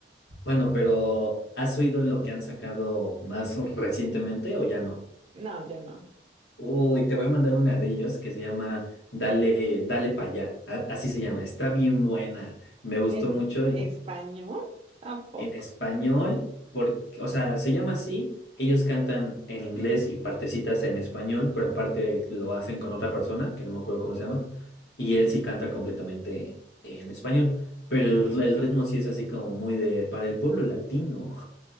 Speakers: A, on the left; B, on the right.
A: Bueno, pero ¿has oído lo que han sacado más recientemente o ya no?
B: No, yo no.
A: Uy, te voy a mandar una de ellos que se llama Dale, Dale para allá. a- Así se llama. Está bien buena. Me gustó
B: ¿En
A: mucho.
B: español? ¿A poco?
A: en español, porque, o sea, se llama así. Ellos cantan en inglés y partecitas en español, pero aparte lo hacen con otra persona, que no me acuerdo cómo se llama, y él sí canta completamente en español, pero el, el ritmo sí es así como muy de, para el pueblo latino.